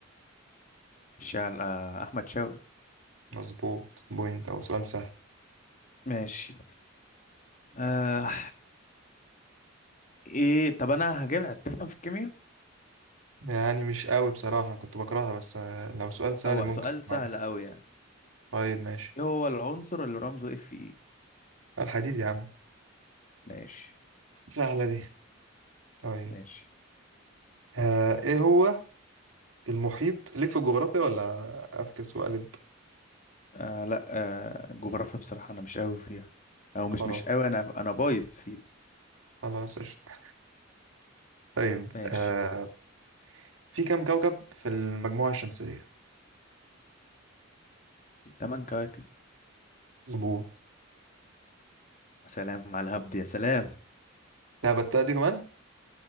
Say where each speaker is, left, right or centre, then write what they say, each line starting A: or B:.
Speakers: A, on the left; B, on the right.
A: شال آه، احمد شوقي
B: مظبوط بوينت أو سؤال سهل
A: ماشي آه ايه طب انا هجيب هتفهم في الكيمياء
B: يعني مش قوي بصراحة كنت بكرهها بس آه، لو سؤال سهل
A: او
B: ممكن
A: سؤال
B: كمان
A: سهل قوي يعني
B: طيب ماشي
A: ايه هو العنصر اللي رمزه اف اي
B: الحديد يا عم
A: ماشي
B: سهلة دي طيب
A: ماشي
B: آه ايه هو المحيط ليك في الجغرافيا ولا افكس وأقلب
A: آه لا آه جغرافيا بصراحة انا مش قوي فيها او مش
B: خلاص
A: مش قوي انا انا بايظ فيها
B: خلاص قشطة طيب
A: ماشي
B: آه في كم كوكب في المجموعة الشمسية
A: تمن كواكب
B: مظبوط
A: سلام على الهبد يا سلام
B: لا بتاع دي كمان